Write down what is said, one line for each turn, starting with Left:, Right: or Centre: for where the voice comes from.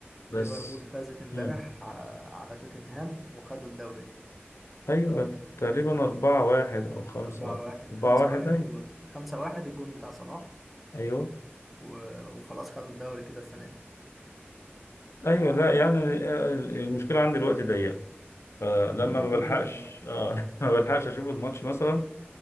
Centre: ليفربول
Left: بس
Centre: فازت إمبارح
Left: مم.
Centre: ع- على توتنهام وخدوا الدوري
Left: أيوة تقريبا أربعة واحد أو خمسة
Centre: أربعة واحد
Left: أربعة
Centre: خمسة
Left: واحد
Centre: واحد
Left: أيوة
Centre: وخمسة واحد الجون بتاع صلاح
Left: أيوة
Centre: و... وخلاص خدوا الدوري كده السنة دي
Left: أيوة لا يعني آه، المشكلة عندي الوقت ضيق فلما
Centre: اه والله
Left: ما
Centre: كلنا
Left: بلحقش
Centre: لا.
Left: اه <laughs> ما بلحقش اشوف الماتش مثلا